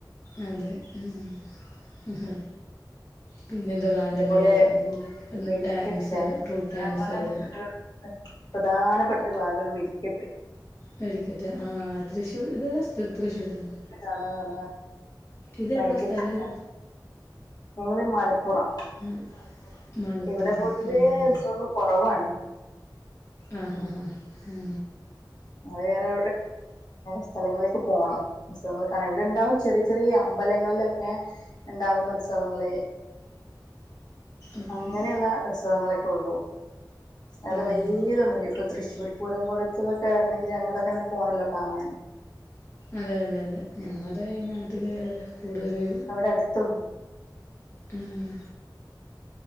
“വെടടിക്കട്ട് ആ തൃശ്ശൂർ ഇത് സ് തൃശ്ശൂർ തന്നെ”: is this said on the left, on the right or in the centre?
Left